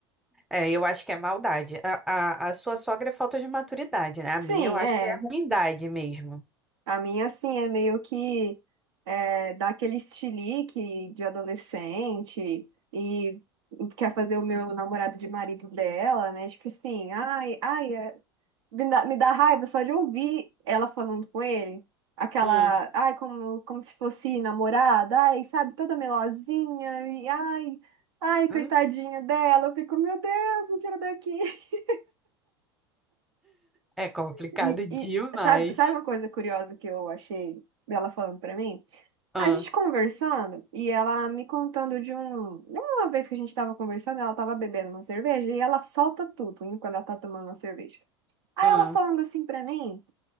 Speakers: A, in the centre; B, on the right.
A: É, eu acho que é maldade. A, a, a sua sogra é falta de maturidade, né? A
B: Sim,
A: minha eu acho
B: é.
A: que é ruindade mesmo.
B: A minha, assim, é meio que é, dá aquele estilique de adolescente e quer fazer o meu namorado de marido dela, né? Tipo assim, ai, ai, é- me dá, me dá raiva só de ouvir ela falando com ele. Aquela,
A: Hum,
B: ai, como, como se fosse namorada, ai, sabe, toda melosinha, e ai, ai,
A: hum,
B: coitadinha dela. Eu fico, meu Deus, me tira daqui. <laughs>
A: é complicado
B: E,
A: demais.
B: e sabe, sabe uma coisa curiosa que eu achei dela falando pra mim?
A: Ah,
B: A gente conversando e ela me contando de um. Uma vez que a gente tava conversando, ela tava bebendo uma cerveja e ela solta tudo, né, quando ela tá tomando uma cerveja. Aí
A: ah,
B: ela falando assim pra mim